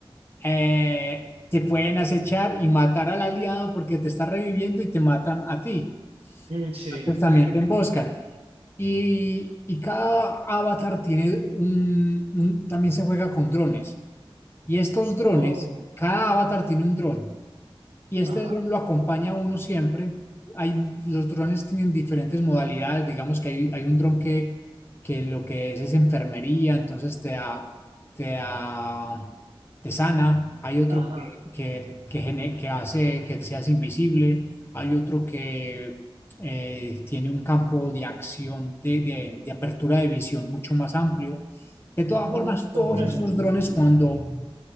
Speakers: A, on the left (about 25°); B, on the right (about 85°).
A: eh, te pueden acechar y matar al aliado porque te está reviviendo y te matan a ti.
B: Mm, sí.
A: Entonces también
B: <laughs>
A: te emboscan. Y, y cada avatar tiene un, un- también se juega con drones. Y estos drones,
B: oh,
A: cada avatar tiene un dron. Y este
B: ajá,
A: dron lo acompaña a uno siempre. Hay, los drones tienen diferentes modalidades. Digamos que hay, hay un dron que, que lo que es es enfermería, entonces te da, te da- te sana. Hay otro
B: ajá.
A: que, que, que, gene- que hace que seas invisible. Hay otro que eh, tiene un campo de acción, de, de de apertura de visión mucho más amplio. De todas
B: Mm,
A: formas,
B: comprendo.
A: todos estos drones cuando